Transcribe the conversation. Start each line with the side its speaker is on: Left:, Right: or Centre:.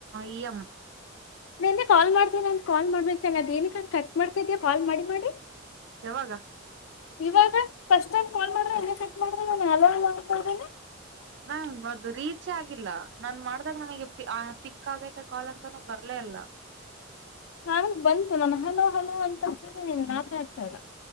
Right: ಇಯಮ್
Left: ನನ್ನೆ ಕಾಲ್ ಮಾಡ್ತೀನಿ ಅಂದ ಕಾಲ್ ಮಾಡ್ಬೇಕತೆನೆ ಅದ ಏನಕ್ಕೆಂಗ ಕಟ್ ಮಾಡ್ತಿದೀ ಕಾಲ್ ಮಾಡಿ ಮಾಡಿ
Right: ಯಾವಾಗ-
Left: ಇವಾಗ ಫಸ್ಟ್ ಟೈಮ್ ಫೋನ್ ಮಾಡ್ರ ಹಂಗೆ ಕಟ್ಟ ಮಾಡದ ನಾ ಹಲೋ ಹಲೋ ಅಂತಿದಿನಿ
Right: ನಂಗ ಅದು ರೀಚ್ ಆಗಿಲ್ಲ ನನ್ ಮಾಡ್ದಾಗ ನನಗೆ ಪಿಕ್ ಆಗೈತೆ ಕಾಲ್ ಅಂತಾನೂ ಬರ್ಲ ಅಲ್ಲ
Left: ನನ್ಗ್ ಬಂತು ನಾನು ಹಲೋ ಹಲೋ ಅಂತ ಹೇಳ ನೀನ್ ಮಾತಾಡ್ತಾ ಇಲ್ಲ